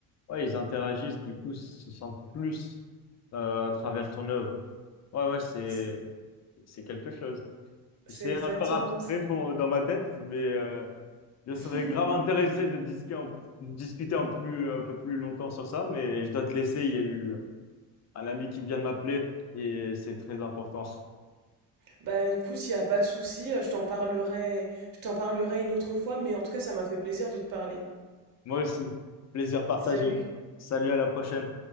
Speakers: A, on the left (about 45°); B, on the right (about 60°).
A: ouais, ils interagissent, du coup, ils se sentent plus euh, à travers ton œuvre. Ouais, ouais, c'est,
B: C'est
A: c'est quelque chose.
B: c'est
A: C'est
B: exactement
A: encore abstrait
B: ça.
A: pour, dans ma tête, mais euh, je serais
B: <laughs>
A: grave intéressé de discuter en, discuter en plus, un peu plus longtemps sur ça, mais je dois te laisser. Il y a eu un ami qui vient de m'appeler et c'est très important.
B: Bah écoute, il n'y a pas de souci, euh, je t'en parlerai, je t'en parlerai une autre fois, mais en tout cas, ça m'a fait plaisir de te parler.
A: Moi aussi. Plaisir partagé.
B: Salut.
A: Salut, à la prochaine.